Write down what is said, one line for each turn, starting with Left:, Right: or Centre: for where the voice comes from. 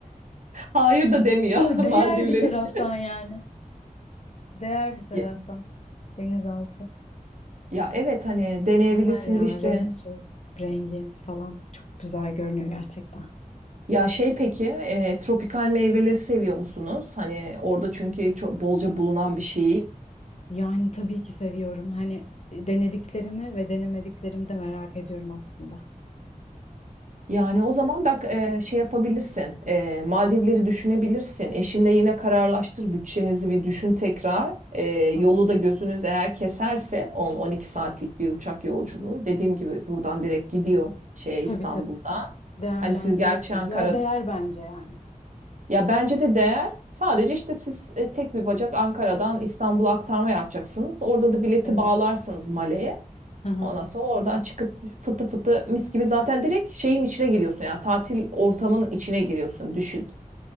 Right: Hayır da
Left: <laughs>
Right: demiyor
Left: Çok
Right: <laughs> Maldivler
Left: değer bir taraftan
Right: için. <laughs>
Left: yani. Değer bir taraftan.
Right: Ya,
Left: Denizaltı.
Right: ya evet hani
Left: Mükemmel
Right: deneyebilirsiniz
Left: ya
Right: işte
Left: renk su rengi falan çok güzel görünüyor gerçekten.
Right: Ya şey peki, e, tropikal meyveleri seviyor musunuz? Hani orada çünkü çok bolca bulunan bir şey.
Left: Yani tabii ki seviyorum. Hani e, denediklerimi ve denemediklerimi de merak ediyorum aslında.
Right: Yani o zaman bak e, şey yapabilirsin. E, Maldivleri düşünebilirsin. Eşinle yine kararlaştır. Bütçenizi bir düşün tekrar. E, yolu
Left: Tamam.
Right: da gözünüz eğer keserse 10-12 saatlik bir uçak yolculuğu. Dediğim gibi buradan direkt gidiyor şeye
Left: Tabii
Right: İstanbul'dan.
Left: tabii. Değerlendiririz.
Right: Hani siz gerçi Ankara
Left: Ya değer bence yani.
Right: Ya bence de değer. Sadece işte siz e, tek bir bacak Ankara'dan İstanbul'a aktarma yapacaksınız. Orada da bileti
Left: Evet.
Right: bağlarsınız Male'ye.
Left: Hı hı.
Right: Ondan sonra oradan çıkıp fıtı fıtı mis gibi zaten direkt şeyin içine giriyorsun ya tatil ortamının içine giriyorsun düşün.